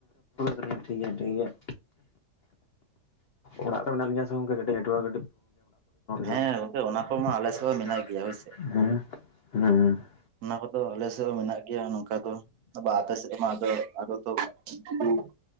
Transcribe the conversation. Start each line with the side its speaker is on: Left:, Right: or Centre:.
Left: ᱴᱷᱤᱠ ᱜᱮᱮᱭᱟ ᱴᱷᱤᱠ ᱜᱮᱮᱭᱟ ᱚᱲᱟᱜ ᱨᱮ ᱢᱮᱱᱟᱜ ᱞᱤᱧᱟᱹ ᱥᱮ ᱜᱚᱝᱠᱮ ᱠᱟᱹᱴᱤᱡ ᱱᱮᱴᱚᱣᱟᱨᱠ
Right: ᱦᱮᱸ
Left: ᱠᱟᱹᱴᱤᱡ
Right: ᱜᱚᱝᱠᱮ ᱚᱱᱟ ᱠᱚᱢᱟ ᱟᱞᱮ ᱥᱮᱫ ᱦᱚᱸ ᱢᱮᱱᱟᱜ ᱜᱮᱭᱟ ᱦᱳᱭᱥᱮ
Left: <unintelligible>
Right: ᱚᱱᱟ ᱠᱚᱫᱚ ᱟᱞᱮ ᱥᱮᱫ ᱦᱚᱸ ᱢᱮᱱᱟᱜ ᱜᱮᱭᱟ ᱱᱚᱝᱠᱟ ᱠᱚ᱾ ᱵᱟ ᱵᱟ ᱟᱯᱮ ᱥᱮᱫᱢᱟ ᱟᱫᱚ ᱟᱫᱚ ᱛᱚ ᱩᱱᱠᱩ